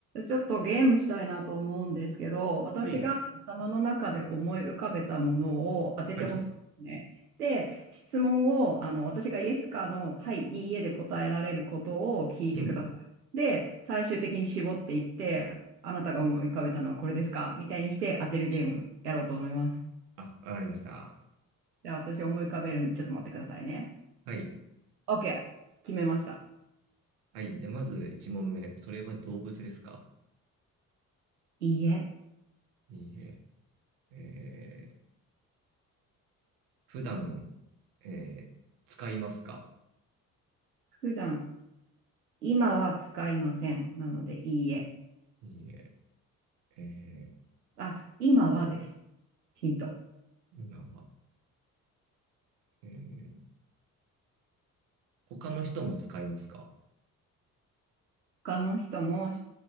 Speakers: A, on the right; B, on the right.
A: ちょっとゲームしたいなと思うんですけど、私が頭の中で思い浮かべたものを当ててほしいんですね。
B: はい。はい。
A: で、質問を、あの、私がイエスかの、はい、いいえで答えられることを聞いてください。
B: うん。
A: で、最終的に絞っていって、あなたが思い浮かべたのはこれですかみたいにして当てるゲームやろうと思います。
B: あ、わかりました。
A: じゃあ私思い浮かべるんでちょっと待ってくださいね。
B: はい。
A: OK。決めました。
B: はい。じゃあ、まず1問目。それは動物ですか
A: いいえ。
B: いいえ。えー、普段、えー、使いますか
A: 普段、今は使いません。なので、いいえ。
B: いいえ。え
A: あ、今はです。ヒント。
B: ー、今は、えー、他の人も使いますか
A: 他の人も